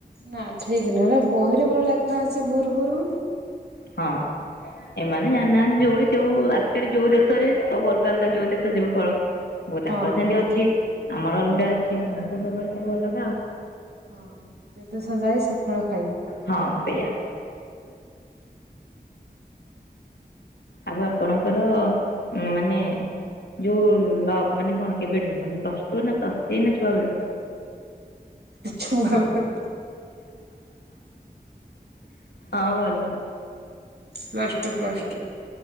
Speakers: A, on the right (about 75°); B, on the left (about 80°).
A: ନା ଠିକ ନୁହେଁ ବହିରେ ପୁରା ଲେଖା ଅଛି ଭୋର୍ ଭୋରୁ ବୋଲି
B: ହଁ ଏମାନେ ଜାଣିନାହାନ୍ତି ଯୋଉଠି ଯୋଉ ଆଚୁଆଲି ଯୋଉ ଦେଶରେ ସବୁ ଅଲଗା ଅଲଗା ଯୋଉ ଦେଶ ଯୋଉ ଫଳ ମୁ ତାଙ୍କର
A: ହଁ
B: ସେତି
A: ହଁ
B: ଅଛି ଆମର ଅଲଗା ଅଛି ସମସ୍ତ ସବୁଆଡ ସବୁ ଅଲଗା ଆଉ
A: ହଁ ଯେ ଦେଶ ଯାଏ ସେ ଫଳ ଖାଏ
B: ହଁ ସେଇଆ ଆଉ ଆପଣଙ୍କର ମାନେ ଯୋଉ ଲକ୍ ମାନେ କଣ କେବେଠୁ ମାନେ ପ୍ଲସ ଟୁ ନା ପ୍ଲସ ଥ୍ରୀ ନା ଛୁଆବେେଳୁ
A: ଛୁଆବେଳୁ
B: ଆଉ ଭଲ
A: ପ୍ଲସ୍ ଟୁ ପ୍ଲସ୍ ଟୁ